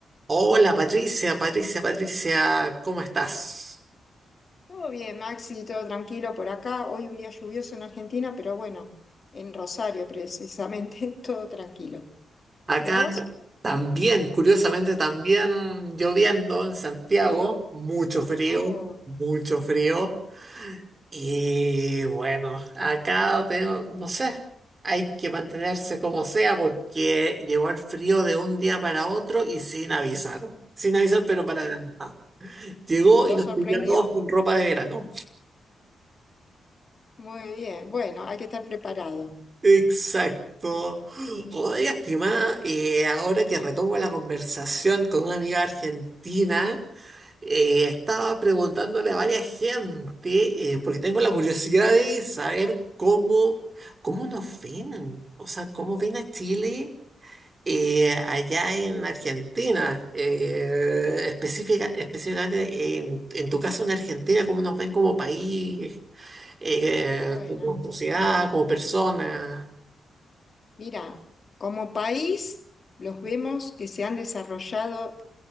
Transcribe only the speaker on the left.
Todo bien, Maxi, todo tranquilo por acá. Hoy un día lluvioso en Argentina, pero bueno, en Rosario precisamente, <laughs> todo tranquilo.
¿Vos?
Oh,
ay,
lo
sorprendió.
Muy bien, bueno, hay que estar preparado.
Bueno,
mira, como país los vemos que se han desarrollado